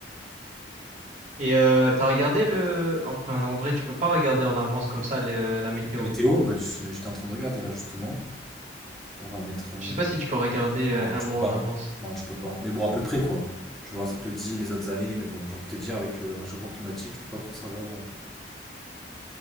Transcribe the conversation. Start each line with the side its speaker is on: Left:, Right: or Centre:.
Right: Et euh, t'as regardé le. Enfin, en vrai, tu peux pas regarder en avance comme ça le- la météo.
Centre: La météo, bah, je- j'étais en train de regarder là, justement. On va mettre. euh,
Right: Je sais pas si tu peux regarder euh,
Centre: Non,
Right: un
Centre: tu
Right: mois
Centre: peux pas.
Right: en avance.
Centre: Non, tu peux pas. Mais bon, à peu près, quoi. Tu vois, ça te dit les autres années, mais bon, j'ai envie de te dire, avec le réchauffement climatique, tu peux pas trop savoir. euh,